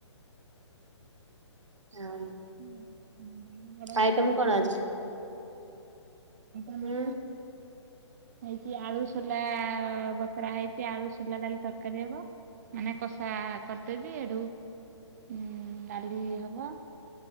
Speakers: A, on the right; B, on the right.
A: ହଁ।
B: ହୁଁ। ବଡ ବଡ
A: ଆଇଟମ
B: କଥା କଣ?
A: ଆଜି
B: <unintelligible>
A: ହୁଁ
B: ନା ହେଇଛି ଆଳୁ ସୋଲା ବତୁରା ହେଇଚି ଆଳୁ ସୋଲା ଡାଲି ତରକାରୀ ହବ ମାନେ କଷା କରିଦେବି ଏଠୁ ଉ ଡାଲି ହବ।